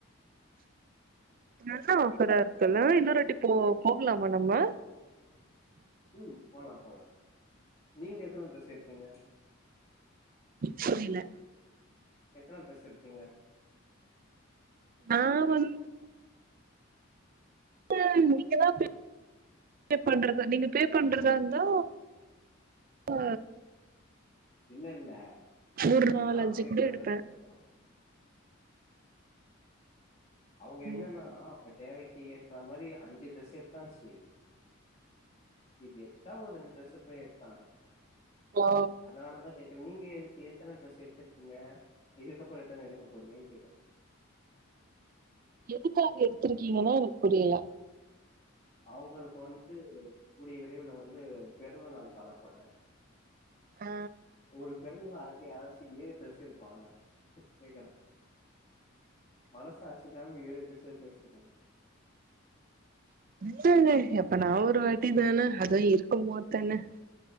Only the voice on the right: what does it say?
நல்ல ஆஃபரா இருக்குல்ல இன்னொரு வாட்டி போ போகலாமா நம்ம
புரில
நா வந் ப நீங்க தா பே பண்றதா நீங்க பே பண்றதா இருந்தா ஆ
ஒரு நாலஞ்சு
கூட
எடுப்பே
ம்
ஆ
எதுக்காக எடுத்திருக்கீங்கன்னா எனக்கு புரில
ஆ
இல்ல இல்ல எப்பனா ஒரு வாட்டி தானே அதுவு இருக்கு போதுதானே